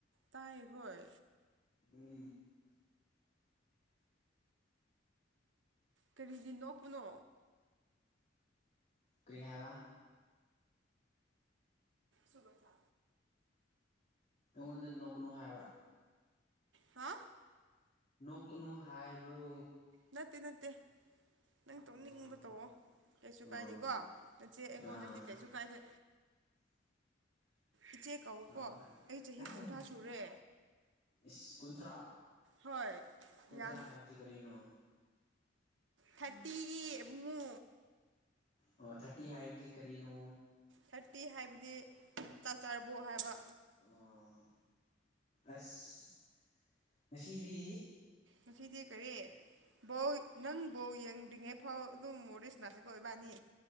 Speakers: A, on the right; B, on the left.
A: ꯇꯥꯏ ꯍꯣꯏ
B: ꯎ
A: ꯀꯔꯤꯒꯤ ꯅꯣꯛꯄꯅꯣ
B: ꯀ꯭ꯔꯤ ꯍꯥꯏꯕ
A: ꯁꯨꯕꯖꯥ
B: ꯑꯩꯉꯣꯟꯗ ꯅꯣꯛꯀꯅꯨ ꯍꯥꯏꯕ꯭ꯔꯥ
A: ꯍꯥ
B: ꯅꯣꯛꯀꯅꯨ ꯍꯥꯏꯕ꯭ꯔꯣ
A: ꯅꯠꯇꯦ ꯅꯠꯇꯦ ꯅꯪ ꯇꯧꯅꯤꯡꯕ
B: ꯑꯥ
A: ꯇꯧꯑꯣ ꯀꯩꯁꯨ
B: ꯑꯥ
A: ꯀꯥꯏꯗꯦꯀꯣ ꯅꯆꯦ ꯑꯩꯉꯣꯟꯗꯗꯤ
B: ꯑꯥ
A: ꯀꯩꯁꯨ ꯀꯥꯏꯗꯦ ꯏꯆꯦ ꯀꯎ
B: ꯑꯥ
A: ꯀꯣ ꯑꯩ ꯆꯍꯤ
B: ꯑꯥꯏ
A: ꯀꯨꯟꯊ꯭ꯔꯥ ꯁꯨꯔꯦ
B: ꯏꯁ ꯀꯨꯟꯊ꯭ꯔꯥ
A: ꯍꯣꯏ
B: ꯀꯨꯟꯊ꯭ꯔꯥ
A: ꯌꯥꯝ
B: ꯍꯥꯏꯕꯗꯤ ꯀꯔꯤꯅꯣ
A: ꯊꯥꯔꯇꯤ ꯑꯃ
B: ꯑꯣ ꯊꯥꯔꯇꯤ ꯍꯥꯏꯕꯗꯤ ꯀꯔꯤꯅꯣ
A: ꯊꯥꯔꯇꯤ ꯍꯥꯏꯕꯗꯤ ꯆꯥꯛ ꯆꯥꯔꯕꯣ ꯍꯥꯏꯕ
B: ꯎꯝ ꯑꯁ ꯉꯁꯤꯗꯤ
A: ꯉꯁꯤꯗꯤ ꯀꯔꯤ ꯕꯧ ꯅꯪ ꯕꯧ ꯌꯦꯡꯗ꯭ꯔꯤꯉꯩ ꯐꯥꯎ ꯑꯗꯨꯝ ꯃꯣꯔꯦꯁꯅꯥꯁꯤ ꯀꯣꯏꯕꯥꯅꯤ